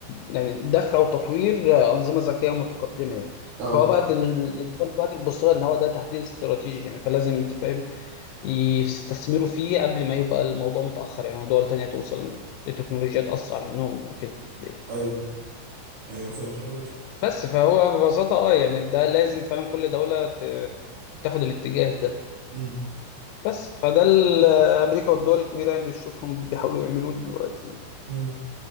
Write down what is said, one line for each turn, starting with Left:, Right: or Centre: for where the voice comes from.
Left: يعني دفع وتطوير آه، انظمه ذكيه متقدمه يعني
Right: اه
Left: فهو بقى دل- الدول دلوقتي بتبص لها ان هو ده تهديد استراتيجي يعني فلازم انت فاهم يستثمروا فيه قبل ما يبقى الموضوع متأخر يعني دول تانية توصل لتكنولوجيات أسرع منهم وكده يعني.
Right: ايوه ايوه فاهم حضرتك
Left: بس فهو ببساطة اه يعني ده لازم فعلا كل دولة ت- تاخد الاتجاه ده
Right: مم.
Left: بس فده ال- أمريكا والدول الكبيرة يعني بتشوفهم بيحاولوا يعملوه دلوقتي يعني
Right: مم.